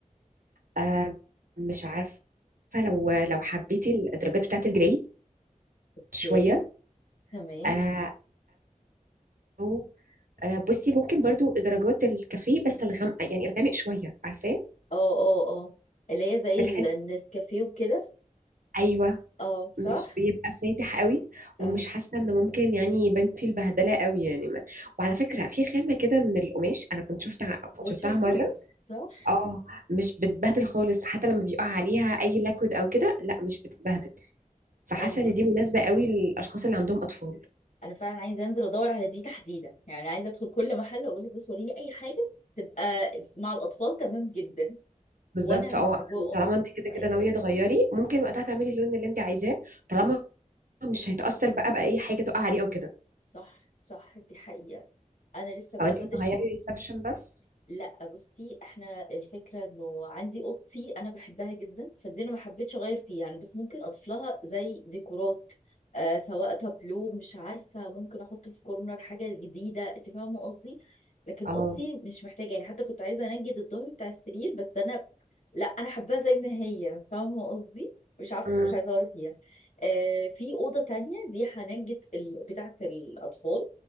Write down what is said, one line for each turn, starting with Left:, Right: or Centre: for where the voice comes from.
Right: آه، مش عارفة لو لو حبيتي الدرجات بتاعة الجري
Left: اوكي
Right: شوية
Left: تمام
Right: آه، أو آه، بصي ممكن برضو درجات الكافيه بس الغامق يعني الغامق شوية عارفاه
Left: اه اه اه اللي هي زي
Right: بتحس
Left: ال- النسكافيه وكده
Right: أيوة
Left: اه صح
Right: مش بيبقى فاتح قوي
Left: اه
Right: ومش حاسة إن ممكن يعني يبان فيه البهدلة قوي يعني ما. وعلى فكرة في خامة كده من القماش أنا كنت شفتها كنت
Left: ووتر
Right: شفتها مرة
Left: بروف صح
Right: اه مش بتبهدل خالص حتى لما بيقع عليها أي لاكود أو كده لا مش بتتبهدل فحاسة
Left: اه ما
Right: إن
Left: انا
Right: دي مناسبة قوي للأشخاص اللي عندهم أطفال
Left: انا فعلا عايزه انزل ادور على دي تحديدا يعني عايزه ادخل كل محل اقول له بص وريني اي حاجه تبقى مع الاطفال تمام جدا
Right: بالظبط
Left: وانا
Right: اه
Left: هجو اون
Right: طالما انت كده
Left: في
Right: كده
Left: اي
Right: ناويه
Left: حاجه
Right: تغيري ممكن وقتها تعملي اللون اللي انت عايزاه طالما مش هيتاثر بقى باي حاجه تقع عليه او كده
Left: صح صح دي حقيقة أنا لسه بقى
Right: او انت
Left: بدرس
Right: تغيري
Left: الموضوع
Right: الريسبشن بس
Left: لا بصي احنا الفكرة انه عندي اوضتي انا بحبها جدا فدي انا ما حبيتش اغير فيها يعني بس ممكن اضيف لها زي ديكورات آه سواء تابلو مش عارفة ممكن احط في كورنر حاجة جديدة انت فاهمة قصدي لكن
Right: اه
Left: اوضتي مش محتاجة يعني حتى كنت عايزة انجد الظهر بتاع السرير بس انا لا انا حباها زي ما هي فاهمه قصدي مش عارفه
Right: أمم.
Left: مش عايزه اغير فيها آه في اوضه تانية دي هنجة ال... بتاعه الاطفال